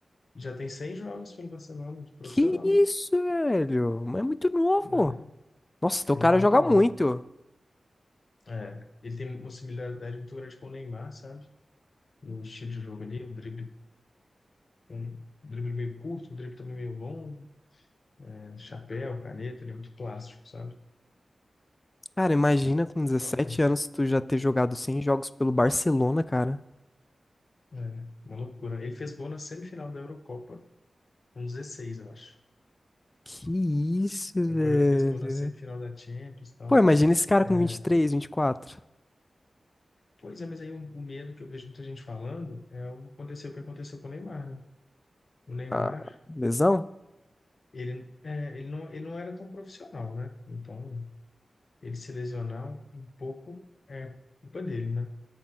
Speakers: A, on the left (about 55°); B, on the left (about 25°).
A: Já tem 100 jogos pelo Barcelona, no profissional.
B: Que isso, velho? Mas é muito novo.
A: né?
B: Nossa, teu
A: Ele
B: cara
A: é muito
B: joga
A: bom.
B: muito.
A: É, ele tem uma similaridade muito grande com o Neymar, sabe? No estilo de jogo ali, o drible, um drible meio curto, um drible também meio longo, né? Chapéu, caneta, ele é muito plástico, sabe?
B: Cara, imagina com 17
A: E joga,
B: anos tu já ter jogado 100 jogos pelo Barcelona, cara.
A: é, uma loucura. Ele fez gol na semifinal da Eurocopa, com 16, eu acho.
B: Que isso, velho.
A: Agora ele fez gol na semifinal da Champions e tal.
B: Pô, imagina esse cara
A: É,
B: com vinte vinte e três, vinte e quatro.
A: Pois é, mas aí o, o medo que eu vejo muita gente falando é o que aconteceu, o que aconteceu com o Neymar, né? O Neymar,
B: Ah, lesão?
A: ele, é, ele, não, ele não era tão profissional, né? Então, ele se lesionar um pouco é culpa dele, né?